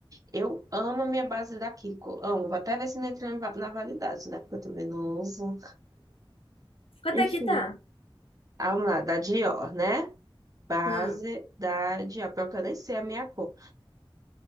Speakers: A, on the right (about 40°); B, on the left (about 75°).
A: Eu amo a minha base da Kiko. Amo. Vou até ver se não entra em va- na validade, né? Porque eu também não uso.
B: Quanto
A: Enfim.
B: é que tá?
A: Ah, Vamos lá, da Dior, né? Base
B: Hum,
A: da Dior. Pior que eu nem sei a minha cor.